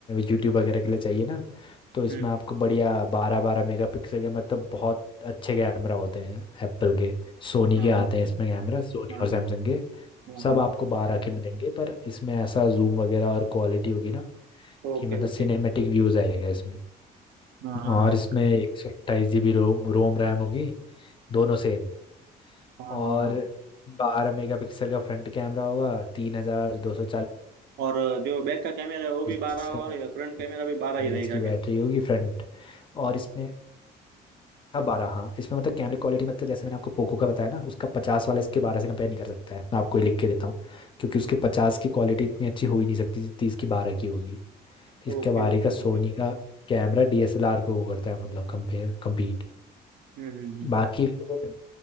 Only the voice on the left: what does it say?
यूट्यूब वगैरह के लिए चाहिए ना तो इसमें
आपको बढ़िया बारह बारह मेगापिक्सल के मतलब बहुत अच्छे कैमरा होते हैं एप्पल के सोनी
के आते
हैं इसमें
कैमरा सोनी
और सैमसंग के
सब
आपको बारह के मिलेंगे पर इसमें ऐसा जूम वगैरह और क्वालिटी होगी ना
कि मतलब
सिनेमेटिक व्यूज आएगा इसमें
और इसमें एक सौ अट्ठाईस G B ROM ROM RAM होगी दोनों सेम
और
बारह मेगापिक्सल का फ्रंट कैमरा होगा तीन हजार दो सौ
चालीस
एमएच
की बैटरी
होगी फ्रंट और इसमें अब बारह हाँ इसमें मतलब कैमरे क्वालिटी मतलब जैसे मैंने आपको पोको का बताया ना उसका पचास वाला इसके बारह से कंपेयर नहीं कर सकता है मैं आपको ये लिख के देता हूँ क्योंकि उसके पचास की क्वालिटी इतनी अच्छी हो ही नहीं सकती जितनी इसकी बारह की होगी इसके
बारह
का सोनी
का कैमरा डीएसएलआर को वो करता है मतलब कंपेयर कम्पीट
बाकी फिर